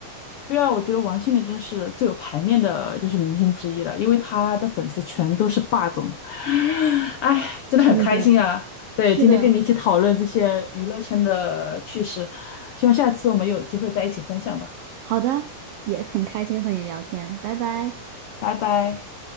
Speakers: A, on the left; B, on the right.
A: 对啊，我觉得王心凌真是最有排面的，就是明星之一了，因为她的粉丝全都是霸总。<sighs> 哎，真的很开心啊！
B: 真的，
A: 对，
B: 是的，
A: 今天跟你一起讨论这些娱乐圈的趣事，希望下次我们有机会在一起分享吧。
B: 好的，也很开心和你聊天，拜拜。
A: 拜拜。